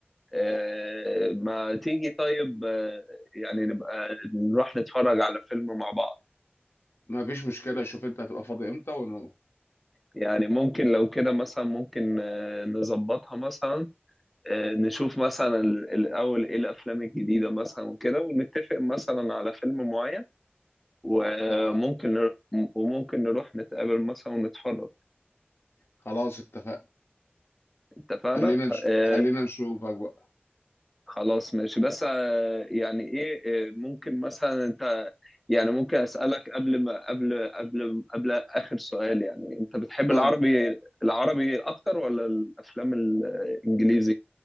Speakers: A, in the centre; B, on the left (about 75°).
A: آه، ما تيجي طيب آه، يعني نبقى نروح نتفرج على فيلم مع بعض
B: ما فيش مشكله شوف انت هتبقى فاضي امتى ونروح
A: يعني ممكن لو كده مثلا ممكن آه، نظبطها مثلا آه، نشوف مثلا ال- الأول إيه الأفلام الجديدة مثلا وكده ونتفق مثلا على فيلم معين وممكن
B: تمام
A: نروح وممكن نروح نتقابل مثلا ونتفرج
B: خلاص اتفقنا
A: اتفقنا؟
B: خلينا نش...
A: آه
B: خلينا نشوفك بقى
A: خلاص ماشي بس آه يعني إيه آه ممكن مثلا أنت يعني ممكن أسألك قبل ما قبل قبل قبل آخر سؤال يعني أنت بتحب
B: اتفضل
A: العربي العربي أكتر ولا الأفلام الإنجليزي؟